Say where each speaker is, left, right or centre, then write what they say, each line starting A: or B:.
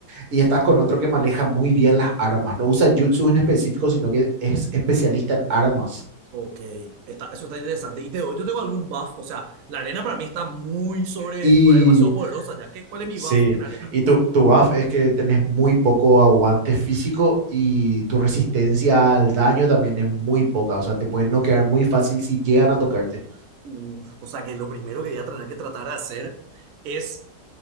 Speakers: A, on the right; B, on the right.
A: y estás con otro que maneja muy bien las armas. No usa jutsus en específico, sino que es especialista en armas.
B: ok. Está, eso está interesante. Y te doy, yo tengo algún buff. O sea, la arena para mí está muy sobre,
A: Y
B: tipo, es demasiado poderosa ya. que ¿cuál es mi
A: Sí,
B: buff en arena?
A: y tu, tu buff es que tenés muy poco aguante físico y tu resistencia al daño también es muy poca, o sea, te pueden noquear muy fácil si llegan a tocarte.
B: Uf, o sea, que lo primero que voy a tener que tratar de hacer es